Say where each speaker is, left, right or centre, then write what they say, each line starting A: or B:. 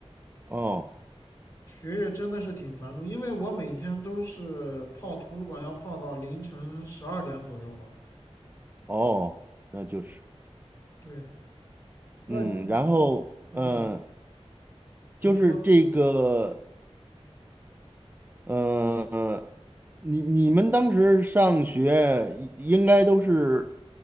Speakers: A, on the right (about 15°); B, on the left (about 35°).
A: 哦
B: 学业真的是挺繁重，因为我每天都是泡图书馆，要泡到凌晨十二点左右吧。
A: 哦，那就是，
B: 对，那
A: 嗯，然后嗯、
B: 嗯，
A: 呃
B: 您说，
A: 就是这个呃，你你们当时上学应应该都是，